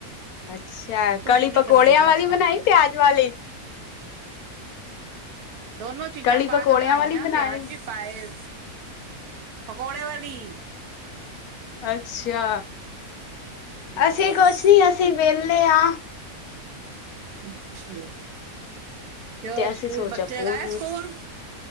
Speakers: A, on the left (about 80°); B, on the right (about 80°).
A: ਅੱਛਾ,
B: ਤੁਸੀਂ
A: ਕਲੀ
B: ਕੀ
A: ਪਕੌੜਿਆਂ
B: ਕਰਦੇ ਪਏ
A: ਵਾਲੀ
B: ਅੱਜ ਕੱਲ
A: ਬਣਾਈ, ਪਿਆਜ ਵਾਲੀ।
B: ਦੋਨੋ ਚੀਜ਼ਾਂ
A: ਕਲੀ
B: ਪਾ
A: ਪਕੌੜਿਆਂ
B: ਕੇ ਬਣਾਈ
A: ਵਾਲੀ
B: ਆਂ
A: ਬਣਾਏ,
B: ਪਿਆਜ ਵੀ। ਪਾਏ, ਪਕੌੜੇ ਵਾਲੀ।
A: ਅੱਛਾ,
B: ਹਾਂ
A: ਅਸੀਂ ਕੁਛ ਨੀ ਅਸ। ਅਸੀਂ ਵਿਹਲੇ ਆਂ।
B: ਅੱਛਾ, ਕਿਉਂ
A: ਤੇ
B: ਸਕੂਲ
A: ਅਸੀਂ ਸੋਚਿਆ
B: ਬੱਚੇ
A: ਫੋਨ,
B: ਗਏ ਸਕੂਲ।